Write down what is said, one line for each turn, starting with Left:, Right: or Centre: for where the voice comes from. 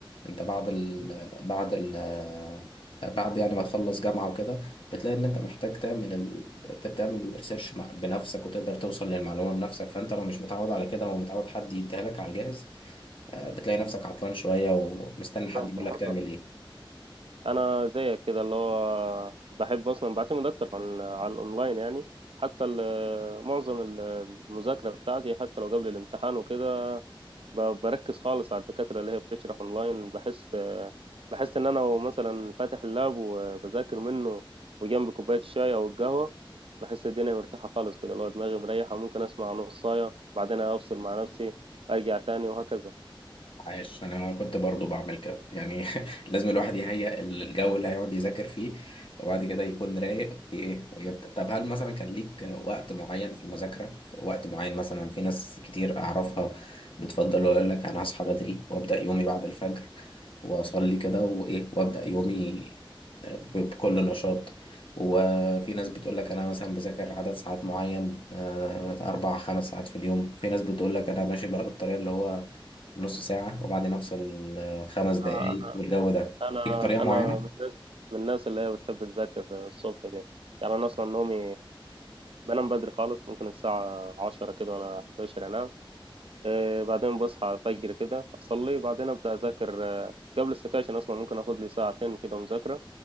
Left: انت بعد ال... بعد ال... بعد يعني ما تخلص جامعة وكده بتلاقي ان انت محتاج تعمل ال... تعمل ريسيرش بنفسك وتقدر توصل للمعلومة بنفسك فانت لو مش متعود على كده ومتعود حد يديها لك على الجاهز آه، بتلاقي نفسك عطلان شوية ومستني حد
Right: طب
Left: يقول لك
Right: حصل
Left: تعمل ايه
Right: انا زيك كده اللي هو بحب اصلا بعتمد اكتر عن على الاونلاين يعني حتى ال- معظم ال- المذاكره بتاعتي حتى لو قبل الامتحان وكده ب- بركز خالص على الدكاترة اللي هي بتشرح اونلاين بحس بحس ان انا لو مثلا فاتح اللاب وبذاكر منه وجنبي كوباية الشاي او القهوة بحس الدنيا مرتاحة خالص كده لو دماغي مريحة ممكن اسمع نصاية بعدين افصل مع نفسي ارجع تاني وهكذا
Left: عاش انا كنت برضو بعمل كده يعني <laughs> لازم الواحد يهيئ الجو اللي هيقعد يذاكر فيه وبعد كده يكون رايق وايه ويبدأ طب هل مثلا كان ليك وقت معين في المذاكرة في وقت معين مثلا في ناس كتير اعرفها بتفضل يقول لك انا هصحى بدري وابدأ يومي بعد الفجر واصلي كده وايه وابدأ يومي ب- بكل نشاط وفي ناس بتقول لك انا مثلا بذاكر عدد ساعات معين آه، اربع خمس ساعات في اليوم في ناس بتقول لك انا ماشي بقى بالطريقة اللي هو نص ساعة وبعدين أفصل آه، خمس دقايق
Right: انا
Left: والجو ده
Right: انا
Left: ليك طريقة معينة؟
Right: أنا من الناس من الناس اللي هي بتحب تذاكر الصبح دي يعني انا اصلا نومي بنام بدري خالص ممكن الساعة عشرة كده ولا 11 انام آه، بعدين بصحى على الفجر كده أصلي بعدين أبدأ أذاكر آه، قبل السكاشن أصلا ممكن أخد لي ساعتين كده مذاكرة